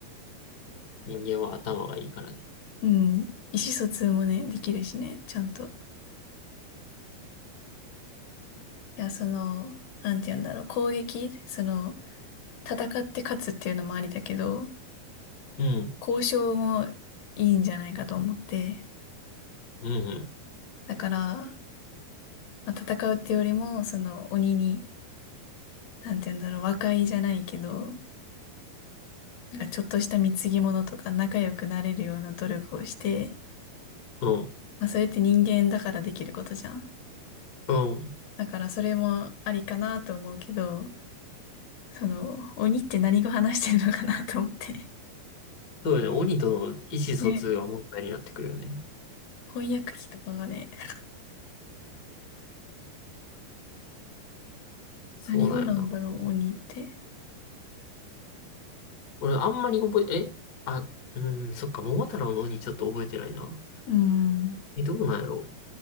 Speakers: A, on the left (about 45°); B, on the left (about 70°).
A: 人間は頭がいいからね。
B: <laughs> うん。意思疎通もね、できるしね、ちゃんと。いや、その、なんて言うんだろう、攻撃、その、戦って勝つっていうのもありだけど、
A: うん、
B: 交渉もいいんじゃないかと思って。
A: うん、
B: だから、まあ、戦うってよりも、その、鬼に、なんて言うんだろう、和解じゃないけど、なんかちょっとした貢ぎ物とか仲良くなれるような努力をして、
A: うん、
B: まあ、それって人間だからできることじゃん。
A: うん、うん。
B: だからそれもありかなと思うけど、その、鬼って何語話してるのかなと思って。
A: そうよね。鬼との意思疎通が問題になってくるよね。
B: ね。翻訳機とかがね、<laughs>
A: そうなんよな。
B: 何語なんだろう、鬼って。
A: 俺あんまり覚え、えあ、うん、そっか、桃太郎の鬼ちょっと覚えてないな。
B: うん。
A: え、どうなんやろ